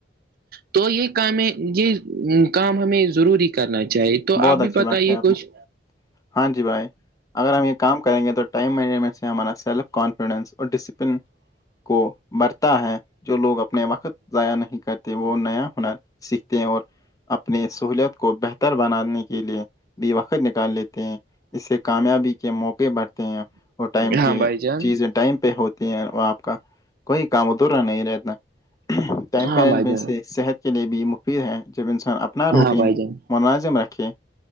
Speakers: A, on the right; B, on the left.
A: تو یہ کام یہ کام ہمیں ضروری کرنا چاہیے تو
B: بہت
A: آپ بھی
B: اچھی
A: بتائیے
B: بات کہی آپ
A: کچھ
B: نے ہاں جی بھائی اگر ہم یہ کام کریں گے تو ٹائم مینجمنٹ سے ہمارا سیلف کانفیڈینس اور ڈسپلن کو برتا ہے جو لوگ اپنے وقت ضائع نہیں کرتے وہ نیا ہنر سیکھتے ہیں اور اپنی سہوولت کو بہتر آنے کے لیے بھی وقت نکال لیتے ہیں اس سے کامیابی کے موقع بڑھتے ہیں اور ٹائم کی
A: ہاں بھائی جان
B: چیز ٹائم پہ ہوتی ہیں وہ آپ کا کوئی کام ادرا نہیں رہتا ٹائم
A: ہاں
B: مینجمنٹ
A: بھائی جان
B: سے صحت کے لیے بھی مفید ہے جب انسان اپنا روٹین
A: ہاں بھائی جان
B: منوظم رکے